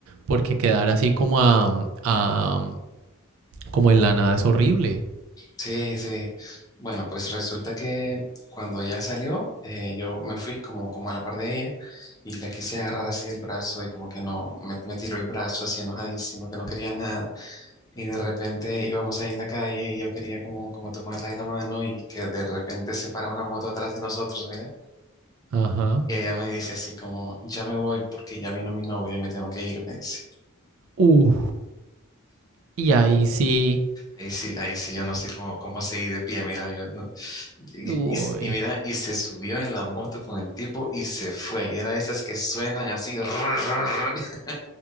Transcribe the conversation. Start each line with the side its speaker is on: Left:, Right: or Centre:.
Right: porque quedar así como a, a- como en la nada es horrible.
Left: Sí, sí. Bueno, pues resulta que cuando ya salió, eh, yo me fui como, como a la par de ella y la quise agarrar así del brazo y como que no, me, me tiró el brazo así enojadísimo, que no quería nada. Y de repente íbamos ahí en la calle y yo quería como, como tomarla de la mano y que de repente se para una moto atrás de nosotros, mira.
Right: Ajá.
Left: Y ella me dice así como, ya me voy porque ya vino mi novio y me tengo que ir, me dice.
Right: Uh, y ahí sí,
Left: Ahí sí, ahí sí, yo no sé cómo, cómo seguí de pie, mira, yo no- Y,
Right: uy.
Left: y, y mira, y se subió en la moto con el tipo y se fue. Y era esas que suenan así. <laughs>